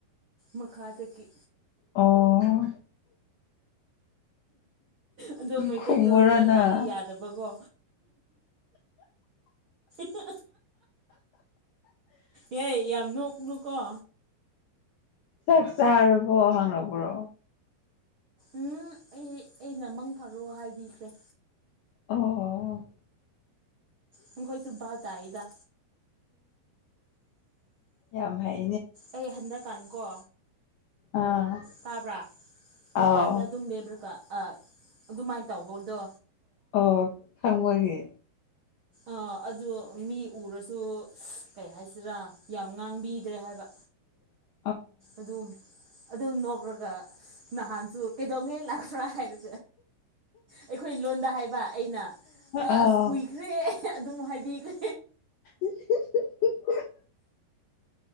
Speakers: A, on the right; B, on the left.
A: ꯃꯈꯥꯗꯒꯤ
B: ꯑꯣ
A: ꯑꯗꯣ ꯃꯩꯇꯩꯂꯣꯟ
B: ꯈꯨꯝꯃꯨꯔꯣ
A: ꯉꯥꯡꯗ꯭ꯔꯗꯤ
B: ꯅꯪ
A: ꯌꯥꯗꯕꯀꯣ ꯄ ꯄ ꯍꯏ ꯌꯥꯝ ꯅꯣꯛꯅꯨꯀꯣ
B: ꯆꯥꯛ ꯆꯥꯔꯕꯣ ꯍꯪꯉꯛꯄ꯭ꯔꯣ
A: ꯎꯝ ꯑꯩ ꯑꯩꯅ ꯃꯪ ꯐꯔꯛꯣ ꯍꯥꯏꯕꯤꯈ꯭ꯔꯦ
B: ꯑꯣ
A: ꯍꯈꯣꯏꯁꯨꯕꯥ ꯆꯏꯗ
B: ꯌꯥꯝ ꯍꯥꯏꯥꯏ
A: ꯑꯩ ꯍꯟꯗꯛꯀꯥꯟ ꯀꯣ
B: ꯑꯥ
A: ꯇꯥꯕ꯭ꯔꯥ ꯃꯄꯥꯟꯗ
B: ꯑꯥꯎ
A: ꯑꯗꯨꯝ ꯂꯕ꯭ꯔꯥꯀ ꯑꯗꯨꯃꯥꯏꯅ ꯇꯧꯕꯧꯗꯣ
B: ꯑꯣ ꯊꯪꯕꯒꯦ
A: ꯑꯥ ꯑꯗꯨ ꯃꯤ ꯎꯔꯁꯨ ꯀꯩ ꯍꯥꯏꯁꯤꯔꯥ ꯌꯥꯝ ꯉꯥꯡꯕꯤꯗ꯭ꯔꯦ ꯍꯥꯏꯕ
B: <inaudible>
A: ꯑꯗꯨꯝ ꯑꯗꯨꯝ ꯅꯣꯛꯂꯒ ꯅꯍꯥꯟꯁꯨ ꯀꯩꯗꯧꯉꯩ ꯂꯥꯛꯄ꯭ꯔꯥ ꯍꯥꯏꯔ ꯑꯩꯈꯣꯏ ꯂꯣꯟꯗ ꯍꯥꯏꯕ ꯑꯩꯅ ꯑ
B: ꯑꯥꯎ
A: ꯑꯁ ꯀꯨꯏꯈ꯭ꯔꯦ ꯑꯗꯨꯝ ꯍꯥꯏꯗꯤ ꯑꯩꯈ
B: <inaudible>